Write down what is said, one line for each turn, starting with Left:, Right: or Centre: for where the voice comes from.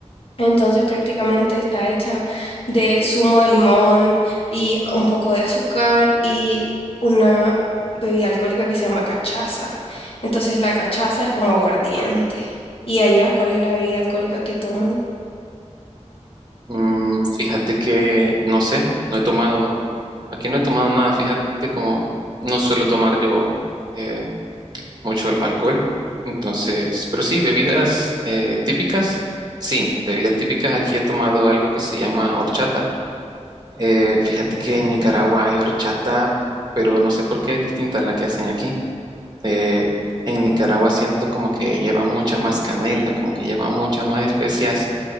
Left: Entonces prácticamente está hecha de zumo de limón y un poco de azúcar y una bebida alcohólica que se llama cachaza. Entonces la cachaza es como aguardiente. ¿Y allá cuál es la bebida alcohólica que toman?
Right: Mm, fíjate que no sé, no he tomado, aquí no he tomado nada, fíjate como no suelo tomar yo. eh, mucho al- alcohol. Entonces, pero sí, bebidas eh, típicas. Sí, bebidas típicas. Aquí he tomado algo que se llama horchata. Eh, fíjate que en Nicaragua hay horchata, pero no sé por qué es distinta a la que hacen aquí. Eh, en Nicaragua siento como que lleva mucha más canela, como que lleva muchas más especias